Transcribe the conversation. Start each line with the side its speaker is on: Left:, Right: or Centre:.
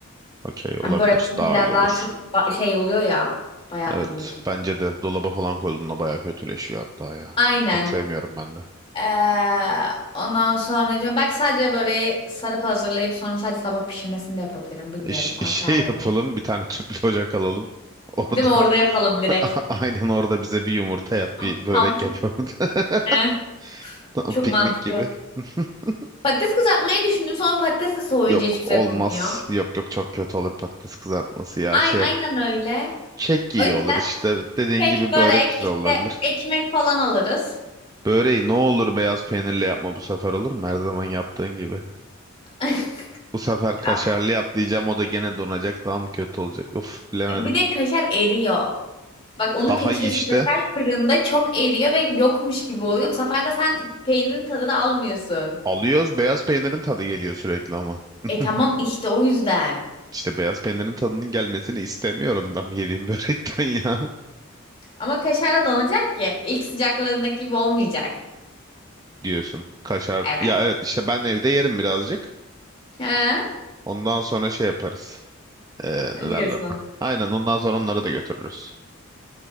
Right: Okey
Left: Hani
Right: olabilir.
Left: börek çünkü
Right: Daha
Left: biraz
Right: iyi olur.
Left: daha çok ba- şey oluyor ya. Bayatlıyor
Right: Evet
Left: gibi.
Right: bence de dolaba falan koyduğunda bayağı kötüleşiyor hatta ya.
Left: Aynen.
Right: Çok sevmiyorum ben de.
Left: Ee, ondan sonra diyorum, belki sadece böreği sarıp hazırlayıp sonra sadece sabah pişirmesini de yapabilirim. Bilmiyorum.
Right: İş,
Left: Ona
Right: <laughs> şey
Left: karar vereceğim.
Right: yapalım bir tane tüplü ocak alalım. Orada
Left: Değil mi? Orada yapalım direkt.
Right: <laughs> aynen orada bize bir yumurta yap
Left: Tam
Right: bir börek
Left: tam-
Right: yap orada. <laughs>
Left: Heh,
Right: Tam
Left: çok
Right: piknik
Left: mantıklı.
Right: gibi. <laughs>
Left: Patates kızartmayı düşündüm. Sonra patates de soğuyunca
Right: Yok
Left: hiç güzel
Right: olmaz.
Left: olmuyor.
Right: Yok yok çok kötü olur patates kızartması ya.
Left: Ay-
Right: Şey
Left: Aynen öyle.
Right: Kek iyi
Left: O yüzden
Right: olur işte dediğin
Left: kek,
Right: gibi
Left: börek,
Right: börek güzel
Left: işte
Right: olabilir.
Left: ekmek falan alırız.
Right: Böreği ne olur beyaz peynirle yapma bu sefer olur mu? Her zaman yaptığın gibi.
Left: <laughs>
Right: Bu sefer kaşarlı
Left: Ya,
Right: yap diyeceğim o da gene donacak daha mı kötü olacak? Uf bilemedim.
Left: Bir de kaşar eriyor. Bak onu
Right: Daha
Left: kaçırıyorsun.
Right: iyi işte.
Left: Kaşar fırında çok eriyor ve yokmuş gibi oluyor. Bu sefer de sen peynirin tadını almıyorsun.
Right: Alıyoruz beyaz peynirin tadı geliyor sürekli ama. <laughs>
Left: E tamam işte o yüzden.
Right: İşte beyaz peynirin tadının gelmesini istemiyorum ben <laughs> yediğim börekten ya
Left: Ama kaşar da donacak ki. İlk sıcaklığındaki gibi olmayacak.
Right: <laughs> diyorsun. Kaşar
Left: Evet.
Right: ya evet işte ben evde yerim birazcık.
Left: Ha?
Right: Ondan sonra şey yaparız. Ee, ne
Left: Diyorsun.
Right: derler? Aynen ondan sonra onları da götürürüz.